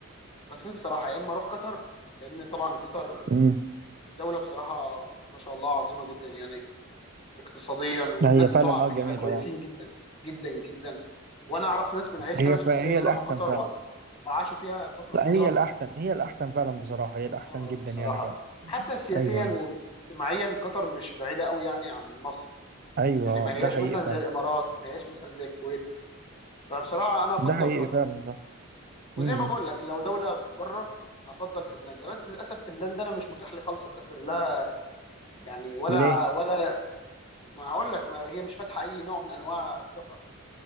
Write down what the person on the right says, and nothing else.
امم
هي فعلا
اه جميل
اه
هي
ف... هي الاحسن
فعلا
لا
هي الاحسن هي الاحسن فعلا بصراحه هي الاحسن
جدا
يعني فعلا
ايوه ايوه
ايوه
آه،
ده حقيقي
فعلا
ده حقيقي
فعلا ده
امم
ليه